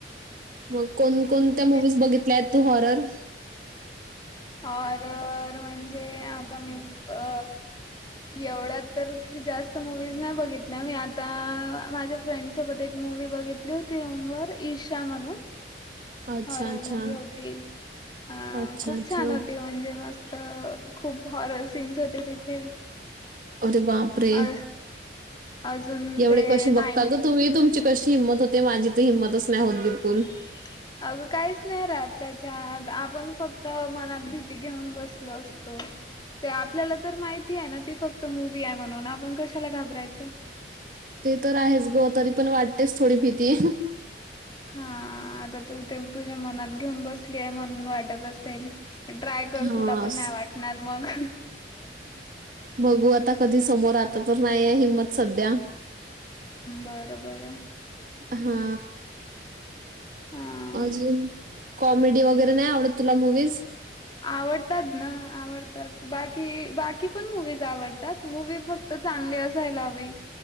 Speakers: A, on the right; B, on the left.
A: मग कोणकोणत्या? मूवीज
B: मी
A: बघितल्या आहेत तू हॉरर.
B: हॉरर म्हणजे आता मी अ एवढ्या तर जास्त मुव्हीज नाही बघितल्या मी आता माझ्या फ्रेंड सोबत एक मूवी बघितली होते रूमवर ईशा म्हणून.
A: अच्छा,
B: हॉरर
A: अच्छा.
B: मूवी होती अ
A: अच्छा,
B: खूप
A: अच्छा.
B: छान! होती म्हणजे मस्त. अ खूप हॉरर सीन्स होते तिथे.
A: अरे बापरे!
B: अ अजून ते
A: एवढे कसे बघता
B: नाईन
A: ग तुम्हीुमची कशी कशी हिम्मत होते माझी तर हिम्मतच होत नाही बिलकुल.
B: ह. अगं काहीच नाही राहत त्याच्यात आपण फक्त मनात भीती घेऊन बसलो असतो. ते आपल्याला तर माहिती आहे ना ती फक्त मूवी आहे. म्हणून आपण कशाला घाबरायचं.
A: ते तर आहेच ग तरी पण वाटतेच थोडी भीती.
B: हा आता तू ते तुझ्या मनात घेऊन बसली आहे म्हणून वाटत असेल. ट्राय कर
A: हां.
B: तुला पण नाही वाटणार मग.
A: बघू आता कधी समोर आता तर नाहीय हिंमत सध्या.
B: बरं बरं.
A: हा
B: हा.
A: अजून कॉमेडी वगैरे नाही आवडत तुला मुव्हीज.
B: ह. आवडतात ना आवडतात बाकी बाकी पण मूवीज आवडतात मूवी् फक्त तर चांगली असायला हवी